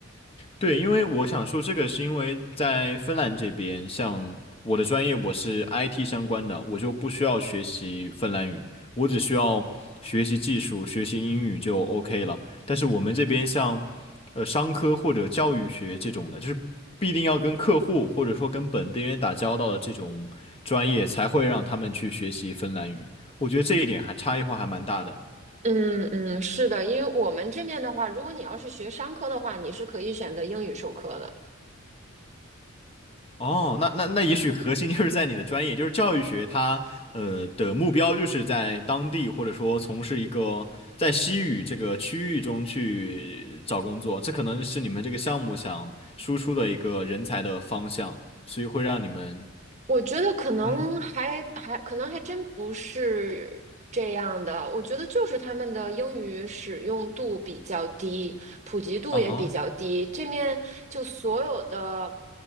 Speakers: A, on the left (about 30°); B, on the right (about 35°).
A: 对，因为我想说这个是因为在芬兰这边，像我的专业我是 IT 相关的，我就不需要学习芬兰语，我只需要学习技术、学习英语就 OK 了。但是我们这边像呃商科或者教育学这种的，就是必定要跟客户或者说跟本地人打交道的这种专业，才会让他们去学习芬兰语。我觉得这一点还差异化还蛮大的。
B: 嗯嗯，是的，因为我们这面的话，如果你要是学商科的话，你是可以选择英语授课的。
A: 哦，那那那也许核心就是在你的专业，就是教育学它，呃的目标就是在当地或者说从事一个在西语这个区域中去找工作，这可能是你们这个项目想输出的一个人才的方向，所以会让你们，
B: 我觉得可能还还可能还真不是这样的，
A: 嗯
B: 我觉得就是他们的英语使用度比较低，普及度也比较低。
A: 啊，
B: 这面就所有的